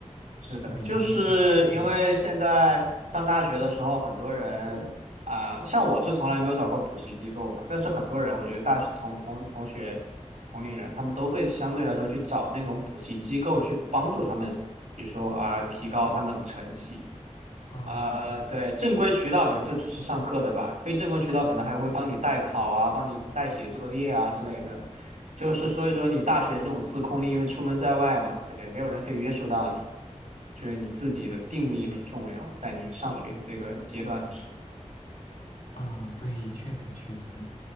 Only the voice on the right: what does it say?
是的，
就是因为现在上大学的时候，很多人啊、像我是从来没有找过补习机构嘛，但是很多人，
我觉得大学同同同学、同龄人，他们都会相对来说去找那种补习机构去帮助他们，比如说啊、提高他们的成绩，
啊、对，正规渠道，比如就只是上课，对吧？非正规渠道可能还会帮你代考啊，帮你代写作业啊之类的。就是所以说，
你大学这种自控力，因为出门在外嘛，对，没有人可以约束到你，所以你自己的定力很重要，在你上学的这个阶段的时候。